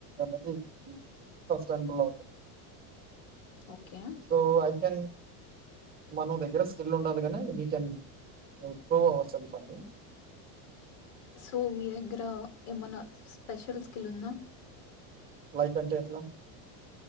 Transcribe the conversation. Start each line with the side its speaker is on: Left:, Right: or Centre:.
Right: <unintelligible> అ సస్బల్
Left: ఓకే
Right: సో ఐ కెన్ మన దగ్గర స్ కిల్ కన్ ప్రూవ్ అవచ్చ ఫీ
Left: సో మీ దగ్గర ఏమనా స్పెషల్ స్కిల్ ఉందా
Right: ైక అంట ఎట్లా